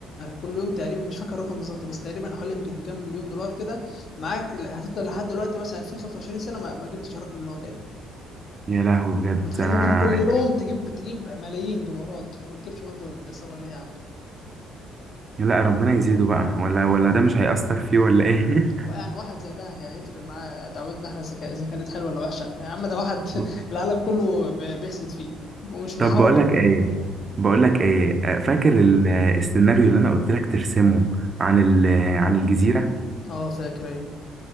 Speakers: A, on the left; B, on the right.
A: كل يوم تقريبا مش فاكر الرقم بالظبط بس تقريبا حوالي يمكن كام مليون دولار كده معاك ل- هتفضل لحد دلوقتي مثلا 2025 سنه ما, ما جبتش الرقم اللي هو جايبه
B: يا لهوي بجد
A: متخيل
B: انا
A: ممكن كل يوم تجيب تجيب ملايين دولارات وما تجيبش برضه الثروه اللي هي عنده
B: لا ربنا يزيده بقى ولا ولا ده مش هيأثر فيه ولا ايه
A: هو يعني واحد زي ده هي- هيفرق معاه دعوتنا احنا سكا- اذا كانت حلوه ولا وحشه يعني يا عم ده واحد <laughs>
B: <laughs>
A: العالم كله ب- بيحسد فيه ومش محوج
B: طب بقول لك ايه بقول لك ايه آه، فاكر ال- السيناريو اللي انا قلت لك ترسمه عن ال- عن الجزيرة
A: اه فاكر ايوه